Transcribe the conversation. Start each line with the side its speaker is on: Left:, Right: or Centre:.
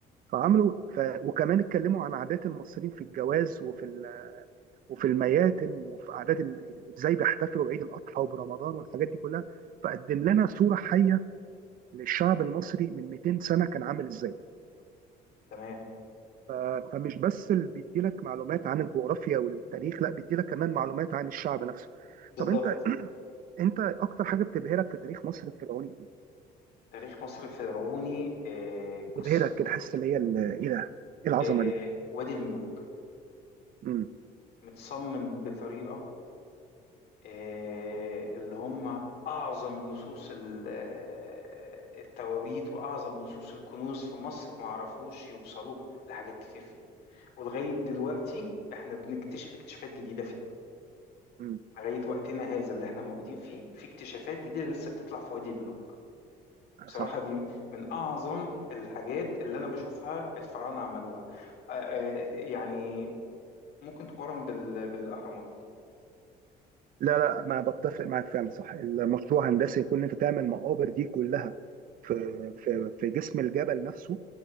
Right: فعملوا ف... وكمان اتكلموا عن عادات المصريين في الجواز وفي ال... وفي المياتم وفي عادات ال... ازاي بيحتفلوا بعيد الأضحى وبرمضان والحاجات دي كلها فقدم لنا صورة حية للشعب المصري من 200 سنة كان عامل ازاي
Left: تمام
Right: ف- فمش بس اللي بيديلك معلومات عن الجغرافيا والتاريخ لا بيديلك كمان معلومات عن الشعب نفسه
Left: بالظبط
Right: طب انت انت اكتر حاجه بتبهرك في تاريخ مصر الفرعوني ايه
Left: تاريخ مصر الفرعوني آه
Right: بتبهرك
Left: قصة
Right: كده حاسس اللي هي ال- ايه ده ايه العظمه
Left: آه
Right: دي
Left: وادي الملوك
Right: امم
Left: متصمم بطريقة آه، اللي هم أعظم لصوص ال- آه، التوابيت وأعظم لصوص الكنوز في مصر ما عرفوش يوصلوا لحاجات كتير فيه ولغاية دلوقتي احنا بنكتشف اكتشافات جديدة فيه
Right: امم
Left: لغاية وقتنا هذا اللي احنا موجودين فيه في اكتشافات جديدة لسه بتطلع في وادي الملوك بصراحة
Right: صح
Left: دي من أعظم الحاجات اللي أنا بشوفها الفراعنة عملوها آه، آه، يعني ممكن تقارن بال- بالأهرامات
Right: لا لا ما بتفق معاك فعلا صح المشروع هندسي يكون انت تعمل مقابر دي كلها في في في جسم الجبل نفسه